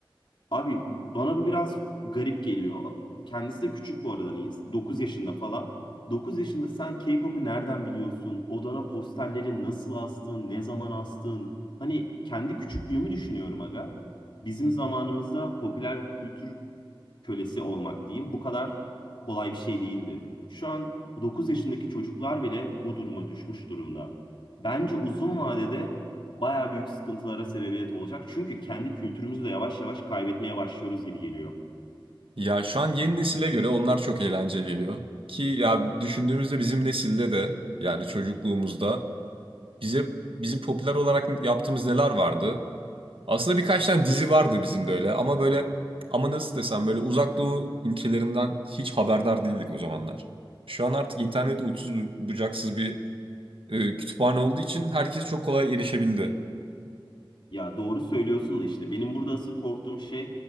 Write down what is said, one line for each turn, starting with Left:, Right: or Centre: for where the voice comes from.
Left: Abi bana bu biraz garip geliyor. Kendisi de küçük bu arada hani Dokuz yaşında falan. 9 yaşında sen K-pop'u nereden biliyorsun? Odana posterleri nasıl astın? Ne zaman astın? Hani kendi küçüklüğümü düşünüyorum aga. Bizim zamanımızda popüler kültür kölesi olmak diyeyim. Bu kadar kolay bir şey değildi. Şu an 9 yaşındaki çocuklar bile bu duruma düşmüş durumda. Bence uzun vadede bayağı büyük sıkıntılara sebebiyet olacak. Çünkü kendi kültürümüzü de yavaş yavaş kaybetmeye başlıyoruz gibi geliyor.
Right: Ya şu an yeni nesile göre onlar çok eğlenceli geliyor. Ki ya düşündüğümüzde bizim nesilde de yani çocukluğumuzda bize bizim popüler olarak yaptığımız neler vardı? Aslında birkaç tane dizi vardı bizim de öyle ama böyle ama nasıl desem böyle uzak doğu ülkelerinden hiç haberdar değildik o zamanlar. Şu an artık internet uçsuz bucaksız bir e, kütüphane olduğu için herkes çok kolay erişebildi.
Left: Ya doğru söylüyorsun da işte benim burada asıl korktuğum şey